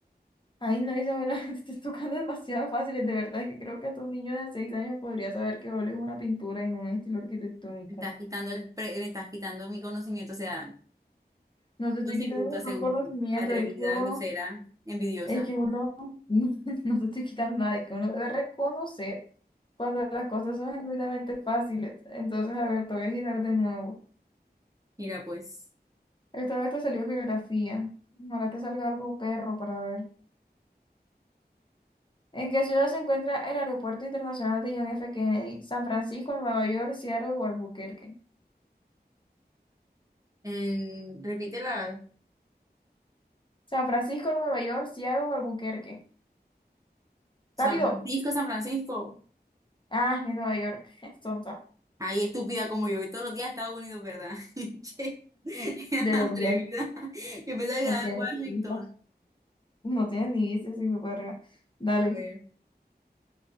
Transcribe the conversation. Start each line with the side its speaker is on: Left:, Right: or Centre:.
Left: Ay, no, Isabela, <laughs> te estás tocando demasiado fáciles, de verdad, es que creo que hasta un niño de 6 años podría saber que óleo es una pintura y no un estilo arquitectónico.
Right: Me estás quitando el pre- me estás quitando mi conocimiento. O sea,
Left: No te estoy
Right: yo soy
Left: quitando
Right: bruta
Left: ningún
Right: según
Left: conocimiento,
Right: tú. Atrevida,
Left: es que uno,
Right: grosera, envidiosa.
Left: es que uno, <laughs> no, no te estoy quitando nada, es que uno debe reconocer cuando las cosas son genuinamente fáciles. Entonces, a ver, te voy a girar de nuevo.
Right: Mira, pues.
Left: Esta vez te salió geografía. Ahora te salga algo perro para ver. ¿En qué ciudad se encuentra el Aeropuerto Internacional de John F. Kennedy? San Francisco, Nueva York, Seattle o Albuquerque.
Right: En- repítela.
Left: San Francisco, Nueva York, Seattle o Albuquerque.
Right: San
Left: ¡Rápido!
Right: Francisco, San Francisco.
Left: Ah, en Nueva York. <laughs> Sonsa.
Right: Ay, estúpida como yo voy todos los días a Estados Unidos, ¿verdad? <laughs> Che, <laughs>
Left: Debería.
Right: Atrevida. Yo pensaba que
Left: No
Right: estaba
Left: tiene
Right: en Washington.
Left: sentido. No tienes ni viste si me verga. Dale.
Right: A ver,